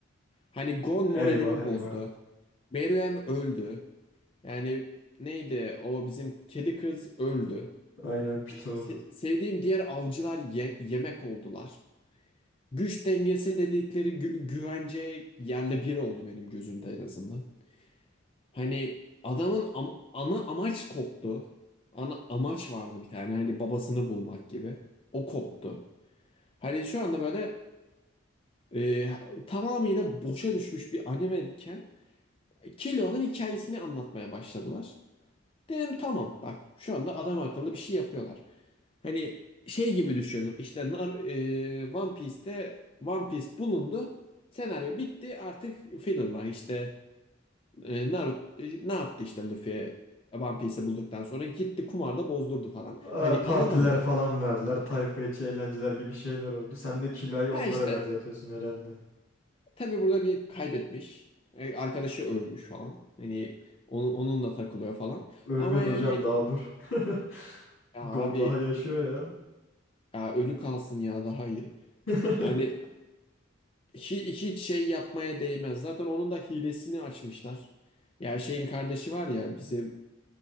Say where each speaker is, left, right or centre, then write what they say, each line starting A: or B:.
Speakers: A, on the left; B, on the left.
A: Hani Gon moralimi
B: Eyvah eyvah.
A: bozdu. Meruem öldü. Yani neydi o bizim kedi kız öldü.
B: Aynen pitu.
A: Se- sevdiğim diğer avcılar ye- yemek oldular. Güç dengesi dedikleri gü- güvence yerle bir oldu benim gözümde en azından. Hani adamın am- ana amaç koptu. Ana amaç vardı bir tane hani babasını bulmak gibi. O koptu. Hani şu anda böyle e, tamamıyla boşa düşmüş bir anime iken Killua'nın hikayesini anlatmaya başladılar. Dedim tamam bak şu anda adam akıllı bir şey yapıyorlar. Hani şey gibi düşünün işte Nar- e, One Piece'te One Piece bulundu. Senaryo bitti artık filler işte e, Naruto e, ne yaptı işte Luffy One Piece'i bulduktan sonra gitti kumarda bozdurdu falan.
B: Aa,
A: Hani
B: Partiler
A: anladın mı?
B: falan verdiler. Tayfa içi eğlenceler gibi şeyler oldu. Sen de kiloyu
A: Ha
B: onlara
A: işte
B: benzetiyorsun herhalde.
A: tabii burada bir kaybetmiş. E, arkadaşı ölmüş falan. Hani onu, onunla takılıyor falan.
B: Ölmedi
A: Ama yani
B: hocam daha dur. <laughs>
A: ya
B: Gon
A: abi
B: daha yaşıyor ya.
A: ya ölü kalsın ya daha iyi.
B: <laughs>
A: Yani Hiç, hiç şey yapmaya değmez. Zaten onun da hilesini açmışlar. Ya şeyin kardeşi var ya bizim